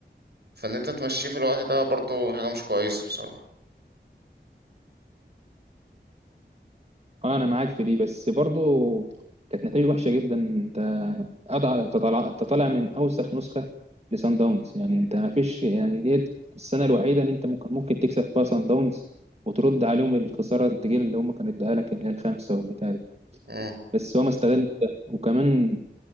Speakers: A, on the right; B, on the right.
A: فان انت تمشيه في الوقت ده برضو حاجه مش كويسه بصراحه
B: اه انا معاك في دي بس برضو كانت نتيجة وحشة جدا انت اضع انت طالع انت طالع من اوسخ نسخة لسان داونز يعني انت ما فيش يعني ديت السنة الوحيدة ان انت ممكن ممكن تكسب فيها سان داونز وترد عليهم الخسارة التجيل اللي هم كانوا اداها لك اللي هي الخامسة والبتاع دي
A: امم
B: بس هو ما استغل ده وكمان